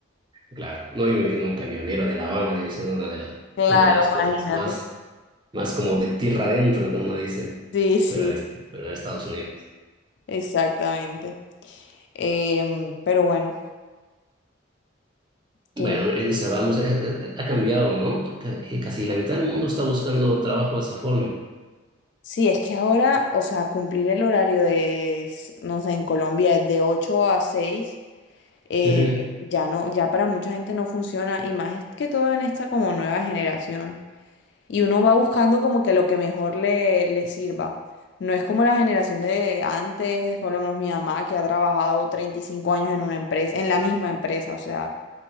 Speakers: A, on the right; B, on the left.
A: Claro, no yo me imagino un camionero de Alabama debe ser una de las,
B: Claro,
A: una de las
B: imagínate.
A: cosas más, más como de tierra adentro que uno dice,
B: Sí, sí,
A: pero de, pero de Estados Unidos.
B: exactamente. Em, pero bueno. ¿qué
A: Bueno, en esa vamos, eh, eh, eh, ha cambiado, ¿no? Ca- eh, Casi la mitad del mundo está buscando trabajo de esa forma.
B: Sí, es que ahora, o sea, cumplir el horario de, s- no sé, en Colombia es de 8 a 6, eh,
A: Ujú.
B: ya no, ya para mucha gente no funciona, y más es que todo en esta como nueva generación. Y uno va buscando como que lo que mejor le, le sirva. No es como la generación de antes, por lo menos mi mamá, que ha trabajado 35 años en una empresa, en la misma empresa, o sea,